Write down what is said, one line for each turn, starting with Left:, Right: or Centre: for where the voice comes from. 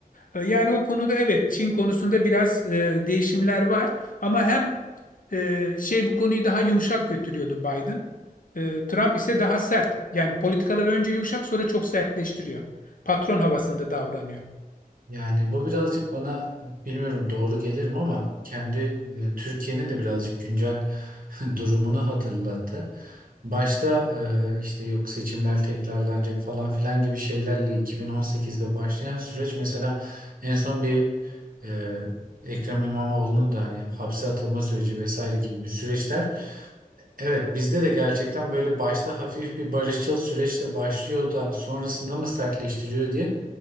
Left: E, Yani o konuda evet Çin konusunda biraz e, değişimler var ama hem e, şey bu konuyu daha yumuşak götürüyordu Biden. E, Trump ise daha sert. Yani politikalar önce yumuşak sonra çok sertleştiriyor. Patron havasında davranıyor.
Right: Yani bu birazcık bana bilmiyorum doğru gelir mi ama kendi yani Türkiye'nin de birazcık güncel <laughs> durumunu hatırlattı. Başta e, işte yok seçimler tekrarlanacak falan filan gibi şeylerle 2018'de başlayan süreç mesela en son bir e, Ekrem İmamoğlu'nun da hani hapse atılma süreci vesaire gibi bir süreçler. Evet bizde de gerçekten böyle başta hafif bir barışçıl süreçle başlıyor da sonrasında mı sertleştiriyor diye